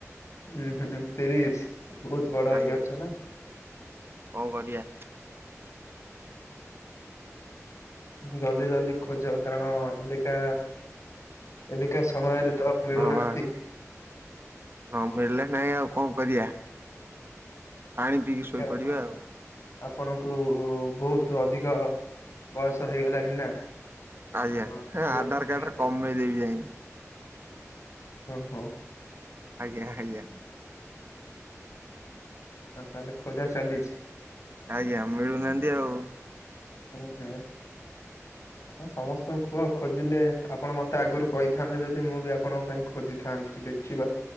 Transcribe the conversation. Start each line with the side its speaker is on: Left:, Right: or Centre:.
Left: ହୁଁ ହୁଁ ତିରିଶ। ବୋହୁତ ବଡ ହେଇଯାଉଛ
Right: ଆଜ୍ଞା
Left: ନା।
Right: କଣ କରିବା।
Left: ଜଲଦି ଜଲଦି ଖୋଜ କାରଣ ଏବେକା ଏବେକା ସମୟରେ ତ ମିଳୁନାହାନ୍ତି।
Right: ହଁ ବା ନ ମିଳିଲ ନାଇଁ ଆଉ କଣ କରିଆ। ପାଣି ପିଇକି ଶୋଇପଡିବା
Left: କାରଣ
Right: ଆଉ।
Left: ଆପଣଙ୍କୁ ବୋହୁତ ଅଧିକ ବୟସ ହେଇଗଲାଣିି ନା।
Right: ଆଜ୍ଞା
Left: ତ ଝିଅ
Right: ଆଧାର
Left: ମିଳିଲେ
Right: କାର୍ଡରେ
Left: କି-
Right: କମେଇ ଦେବି ଯାଇ
Left: ହ ହୋ।
Right: ଆଜ୍ଞା ଆଜ୍ଞା।।
Left: ହଁ, ତାହେଲେ ଖୋଜା ଚାଲିଛି?
Right: ଆଜ୍ଞା, ମିଳୁନାହାଁନ୍ତି ଆଉ।
Left: ହୁଁ ହୁଁ। ହଁ ସମସ୍ତଙ୍କୁ କୁହ। ଖୋଜିଲେ ଆପଣ ମତେ ଆଗରୁ କହିଥାନ୍ତେ, ଯଦି ମୁଁ ବି ଆପଣଙ୍କ ପାଇଁ ଖୋଜିଥାନ୍ତି। ଦେଖିବା।